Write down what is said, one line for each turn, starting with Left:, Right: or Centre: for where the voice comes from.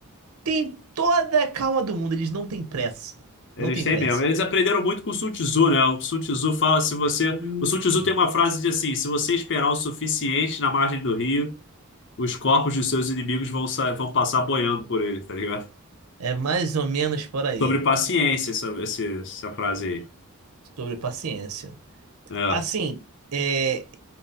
Right: Tem toda a calma do mundo, eles não têm pressa.
Left: Eles
Right: Não têm
Left: têm
Right: pressa.
Left: mesmo. Eles aprenderam muito com o Sun Tzu, né? O Sun Tzu fala se você.
Right: Isso.
Left: O Sun Tzu tem uma frase de assim: se você esperar o suficiente na margem do rio os corpos de seus inimigos vão, sa- vão passar boiando por ele, tá ligado?
Right: É mais ou menos por aí,
Left: Sobre paciência, essa, esse- essa frase aí.
Right: sobre paciência.
Left: É,
Right: Assim, é,